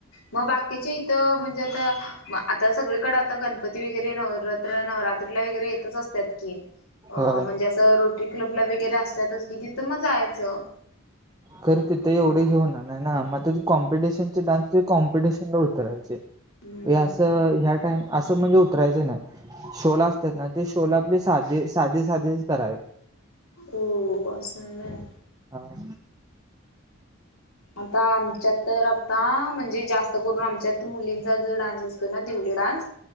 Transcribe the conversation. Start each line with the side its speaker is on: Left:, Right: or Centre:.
Left: म बाकीच्या इथं म्हणजे आता मग आता सगळीकडे आता गणपती वगैरे, नवरात्र नवरात्रीला वगैरे येतच असत्यात की. अं
Right: होय
Left: म्हणजे असं रोटरी क्लब ला वगैरे असतातच कि, तिथं म जायाचं.
Right: खर तिथं एवढे हे होणार नाही ना म तीथ कॉम्पिटिशन डान्सच्या कॉम्पटिशनला उतरायचं.
Left: हम्म
Right: हे असं ह्या टाईम असं म्हणजे उतरायचं नाय. शोला असत्यात ना, ते शोला आपले साधे साधे साधेच करावे.
Left: ओ असंय.
Right: हा.
Left: आता आमच्यात तर आता म्हणजे जास्त करून आमच्यात मुलींचा जो डान्स अस तो ना दिवली डान्स,